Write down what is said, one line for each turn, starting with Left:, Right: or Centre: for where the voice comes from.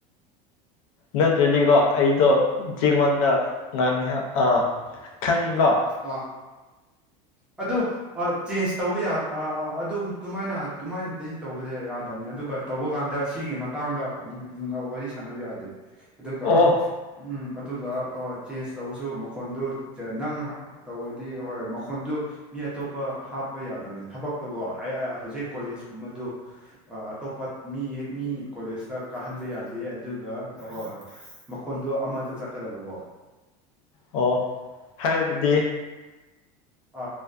Left: ꯅꯠꯇ꯭ꯔꯗꯤꯀꯣ ꯑꯩꯗꯣ ꯆꯦꯉꯣꯟꯗ ꯉꯥꯡꯅꯤ ꯑꯥ ꯒꯪꯒꯣ
Centre: ꯑꯥ ꯑꯗꯨ ꯑ ꯆꯦꯟꯖ ꯇꯧꯕ ꯌꯥ ꯑ ꯑꯗꯨꯝ ꯇꯨꯃꯥꯏꯅ ꯇꯨꯃꯥꯏꯅꯠꯇ꯭ꯔꯗꯤ ꯇꯧꯕꯗ ꯌꯥꯗꯕꯅꯤ ꯑꯗꯨꯒ ꯇꯧꯕ ꯀꯥꯟꯗ ꯁꯤꯒꯤ ꯃꯇꯥꯡ ꯃꯇꯥꯡꯗ <unintelligible> ꯋꯥꯔꯤ ꯁꯥꯟꯅꯕ ꯌꯥꯗꯦ ꯑꯗꯨꯒ
Left: ꯑꯣ
Centre: ꯎꯝ ꯑꯗꯨꯒ ꯆꯦꯟꯖ ꯇꯧꯕꯁꯨ ꯃꯈꯣꯟꯗꯨ ꯆ ꯅꯪ ꯍ ꯇꯧꯔꯗꯤ ꯍꯣꯏ ꯃꯈꯣꯟꯗꯨ ꯃꯤ ꯑꯇꯣꯞꯄ ꯍꯥꯞꯄ ꯌꯥꯗꯕꯅꯤ ꯊꯕꯛꯇꯣꯀꯣ <unintelligible> ꯍꯧꯖꯤꯛ ꯀꯣꯂꯦꯖ ꯀꯨꯝꯕꯗꯨ ꯑ ꯑꯇꯣꯞꯄ ꯃꯤ ꯃꯤ ꯀꯣꯂꯦꯖꯇ ꯀꯥꯍꯟꯕ ꯌꯥꯗꯦ ꯑꯗꯨꯒ ꯍꯣꯏ ꯍꯣꯏ ꯃꯈꯣꯟꯗꯣ ꯑꯃꯗ ꯆꯠꯀꯗꯕꯀꯣ
Left: ꯑꯣ ꯍꯥꯏꯕꯗꯤ
Centre: ꯑ